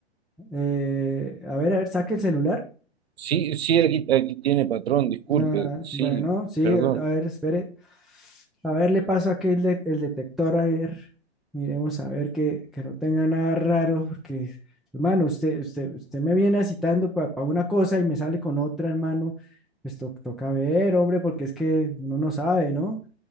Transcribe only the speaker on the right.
Sí, sí, aquí, aquí tiene patrón, disculpe,
sí,
perdón,